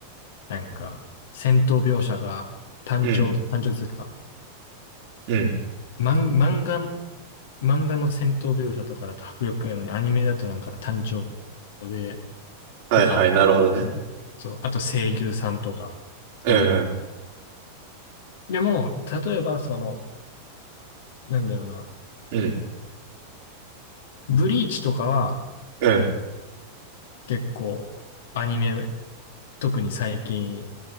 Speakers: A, on the left; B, on the right.
A: なんか、戦闘描写が単調、
B: うん、
A: 単調というか、
B: うん。
A: 漫漫画、漫画の戦闘描写とかだと迫力があるのに、アニメだとなんか単調で、
B: はいはい、
A: とかなんか、
B: なるほどね。
A: そういうそう、あと声優さんとか、
B: うん、
A: いろいろ。
B: うん、
A: でも、例えばその、なんだろうな、
B: うん、
A: ブリーチとかは
B: うん、
A: 結構アニメ、特に最近、